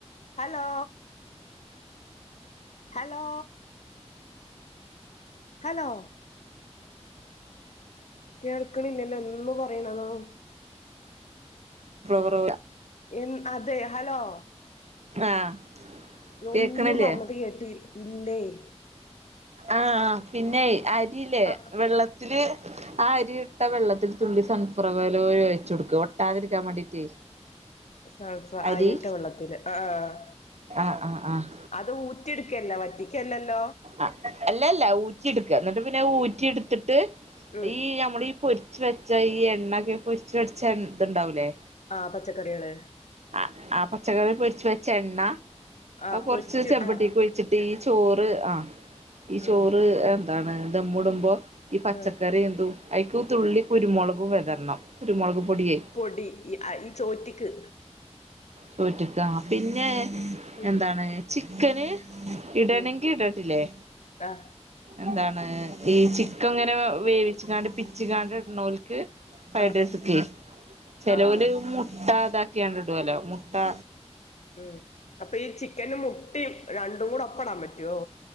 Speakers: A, on the left (about 80°); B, on the right (about 70°).
A: ഹലോ ഹലോ ഹലോ കേൾക്കണില്ലല്ലോ ഒന്ന് പറയുണതും
B: <unintelligible>
A: എൻ അതെ ഹലോ
B: ആഹ്
A: ഒന്നും
B: കേക്കണില്ലേ
A: പറഞ്ഞത് കേട്ടിയി ഇല്ലേയ്
B: ആഹ് ആഹ് പിന്നെയ് അരില്ലേ
A: ആ
B: വെള്ളത്തില് ആ അരി ഇട്ട വെള്ളത്തിൽ തുള്ളി സൺഫളവർ ഓയിൽ ഒഴിച്ച് കൊടുക്ക ഒട്ടാതിരിക്കാൻ വേണ്ടീട്ടേ
A: സൺഫഅരിട്ട
B: അരി
A: വെള്ളത്തില് ആഹ് ആഹ്
B: ആഹ് ആഹ് ആഹ്
A: അത് ഊറ്റിട്ക്കല്ലെ വറ്റിക്കല്ലല്ലോ
B: ആഹ് അല്ലല്ല ഊറ്റിെടുക്ക എന്നിട്ട് പിന്നെ ഊറ്റിയെടുത്തിട്ട്
A: ഉം
B: ഈ നമ്മളീ പൊരിച്ച് വെച്ചാ ഈ എണ്ണൊക്കെ പൊരിച്ച് വെച്ചാ ഇതുണ്ടാവൂലേ
A: ആഹ് പച്ചക്കറികള്
B: ആ ആ പച്ചക്കറി പൊരിച്ച് വെച്ച എണ്ണ
A: ആ
B: അത്
A: പൊരിച്ച്
B: കുറച്ച് ചെമ്പട്ടിക്ക്
A: ആ
B: ഒഴിച്ച് ഈ ചോറ് ആ ഈ
A: ആ
B: ചോറ് എന്താണ് ദമ്മുടുമ്പോ ഈ പച്ചക്കറി
A: ആ
B: എന്തു അയിക്ക് തുള്ളി കുരുമൊളകും വിതരണം കുരുമൊളക് പൊടിയേയ്
A: പൊടി ഈ ചോറ്റ്ക്ക്
B: ചോറ്റ്ക്ക് ആ പിന്നെ
A: ഉം
B: എന്താണ് ചിക്കന് ഇടണെങ്കി
A: ഉം
B: ഇടട്ടില്ലേ
A: ആ
B: എന്താണ് ഈ ചിക്കങ്ങനെ വേവിച്ച് കാണ്ട് പിച്ചികാണ്ട് ഇട്ണോൽക്ക് ഫൈഡ്രേസ്ക്ക്
A: ആ
B: ചെലോല്
A: ആ ആ
B: മുട്ടതാ ക്കിയാണ്ടിടോല്ലോ മുട്ടാ
A: ഉം അപ്പൊ ഈ ചിക്കനും മുട്ടയും രണ്ടും കൂടെ ഒപ്പടാൻ പറ്റുവോ